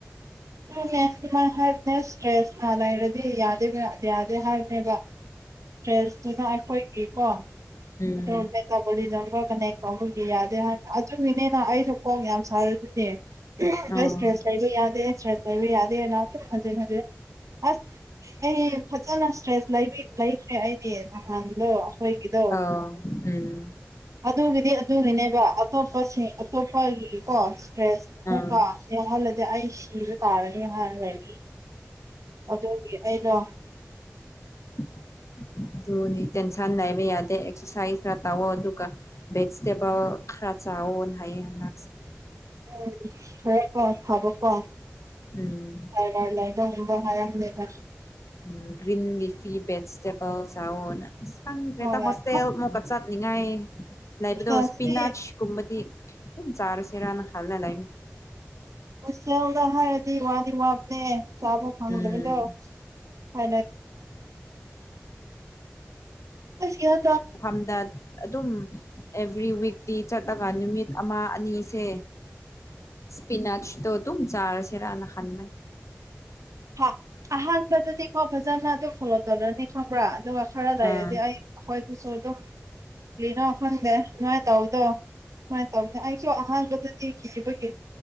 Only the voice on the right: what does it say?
ꯑꯗꯨꯅꯦꯃꯥꯏ ꯍꯅꯦꯁ ꯏꯁꯇ꯭ꯔꯦꯁ ꯂꯩꯔꯗꯤ ꯌꯥꯗ ꯌꯥꯗꯦ ꯍꯥꯏꯕꯅꯦꯕ ꯇ꯭ꯔꯦꯁꯇꯨꯅ ꯑꯩꯈꯣꯏꯒꯤꯀꯣ
ꯑꯗꯣ ꯦꯇꯥꯕꯣꯂꯤꯖꯝꯒ ꯀꯅꯦꯛ ꯀꯒꯤ ꯌꯥꯗꯦ ꯍꯥꯏ ꯑꯗꯨꯒꯤꯅꯤꯅ ꯑꯩꯁꯨ ꯈꯣꯡ ꯌꯥꯝ ꯊꯔꯅꯦ ꯑꯩ
ꯏꯁꯇ꯭ꯔꯦꯁ ꯂꯩꯕ ꯌꯥꯗꯦ ꯏꯁꯇ꯭ꯔꯦꯁ ꯂꯩꯕ ꯌꯥꯗꯦꯅꯇ ꯐꯟꯖꯤꯟ ꯍꯟꯖꯤꯦ ꯑꯁ ꯑꯩ ꯐꯖꯅ ꯏꯁꯇ꯭ꯔꯦꯁ ꯂꯩꯈ꯭ꯔꯦ ꯑꯩꯗꯤ ꯅꯍꯥꯟꯗꯣ ꯑꯩꯈꯣꯏꯒꯤꯗꯣ
ꯑꯗꯨꯒꯤꯗꯤ ꯑꯗꯨꯒꯤꯅꯦꯕ ꯑꯇꯣꯞꯄꯁꯤꯡ ꯑꯇꯣꯞꯄꯒꯤꯀꯣ ꯏꯁꯇ꯭ꯔꯦꯁ ꯑꯃꯨꯛꯀ
ꯌꯥꯍꯜꯂꯗꯤ ꯑꯩ ꯁꯤꯔ ꯇꯥꯔꯅꯤ ꯍꯥꯏꯅ ꯂꯩꯅꯤ ꯑꯗꯨꯗꯤ ꯑꯩꯅꯣ
ꯎꯝ ꯍꯔꯀꯣ ꯐꯕ ꯀꯣ
ꯍꯥꯏꯔ ꯂꯔ ꯂꯩꯕ ꯍꯕ ꯍꯥꯏꯅꯦꯦꯗ
ꯍꯣꯏ ꯅꯪ
ꯍꯣꯁꯇꯦꯜꯗꯗꯤ
ꯍꯁꯣꯗ ꯍꯥꯏꯔꯗꯤ ꯋꯥꯗꯤ ꯋꯥꯕꯅꯦ ꯆꯥꯕ ꯐꯪꯗꯕꯗꯣ
ꯐ ꯇ ꯌ
ꯍꯥ ꯑꯍꯥꯟꯕꯗꯗꯤꯀꯣ ꯕꯖꯥꯔꯅ ꯑꯗꯨ ꯈꯣꯂꯛꯇꯔꯅꯤ ꯈꯕ꯭ꯔꯥ ꯗꯋꯥ ꯈꯔꯗ
ꯍꯥꯏꯗꯤ ꯑ ꯍꯣꯏ ꯇꯨ ꯁꯣ ꯇ ꯀꯩꯅꯣ ꯈꯪꯗꯦ ꯑꯗꯨꯃꯥꯏꯅ ꯇꯧꯕꯗꯣ ꯁꯃꯥꯏꯅ ꯇꯧꯕꯅꯦ ꯑꯩꯁꯨ ꯑꯍꯥꯟꯕꯗꯗꯤ ꯀꯤꯕꯒꯤ